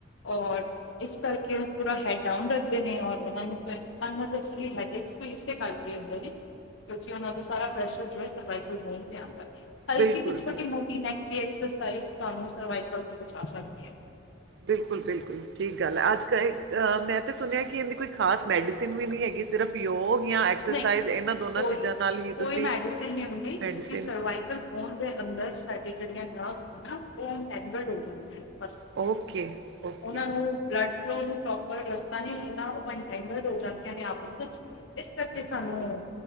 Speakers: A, on the left; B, on the right.
A: ਔਰ। ਇਸ ਕਰਕੇ ਪੂਰਾ ਹੈਡ ਡਾਊਨ ਰੱਖਦੇ ਨੇ, ਔਰ ਇਨਾਂ ਨੂੰ। <unintelligible> ਇਸੇ ਕਰਕੇ ਹੋਂਦੇ ਨੇ, ਕਿਉਂਕਿ ਓਨਾ ਨੂ ਸਾਰਾ ਪ੍ਰੈਸ਼ਰ ਜੋ ਹੈ ਸਰਵਾਈਕਲ ਬੋਨ ਤੇ ਆਦਾ ਐ। ਹਲਕੀ
B: ਬਿਲਕੁਲ
A: ਸੀ ਛੋਟੀ
B: ਬਿਲਕੁਲ
A: ਮੋਟੀ ਨੈਕ ਦੀ ਐਕਸਰਸਾਈਜ਼ ਤੁਹਾਨੂੰ ਸਰਵਾਈਕਲ ਤੋਂ ਬਚਾ ਸਕਦੀ ਹੈ।
B: ਬਿਲਕੁਲ, ਬਿਲਕੁਲ ਠੀਕ ਗੱਲ ਆ, ਅੱਜ-ਕੱਲ ਮੈਂ ਤਾਂ ਸੁਣਿਆ ਕਿ ਇਹਦੀ ਕੋਈ ਖਾਸ ਮੈਡੀਸਨ ਵੀ ਨਈ ਹੈਗੀ। ਸਿਰਫ ਯੋਗ ਜਾਂ ਐਕਸਰਸਾਈਜ਼
A: ਨਹੀਂ
B: ਇਹਨਾਂ ਦੋਨਾਂ
A: ਕੋਈ
B: ਚੀਜ਼ਾਂ ਨਾਲ ਹੀ
A: ਕੋਈ
B: ਤੁਸੀਂ
A: ਮੈਡੀਸਿਨ ਨਹੀਂ ਹੁੰਦੀ ਕਿਉਂਕਿ
B: ਮੈਡੀਸਿਨ।
A: ਸਰਵਾਈਕਲ ਬੋਨ ਦੇ ਅੰਦਰ ਸਾਡੀ ਜਿਹੜੀਆਂ ਨਵਜ ਹੇਨਾ, ਉਹ ਇਟੈਨਗਡ ਹੋ ਜਾਂਦੀਆਂ। ਬਸ,
B: ਓਕੇ ਓਕੇ
A: ਓਨਾਂ ਨੂੰ। ਬਲਡ ਫਲੋ ਨੂੰ ਪ੍ਰੋਪਰ ਰਸਤਾ ਨਈ ਮਿਲਦਾ ਓ, <unintelligible> ਹੋ ਜਾਂਦੀਆ ਆਪਸ ਚ ਇਸ ਕਰ। ਕਿ ਸਾਨੂੰ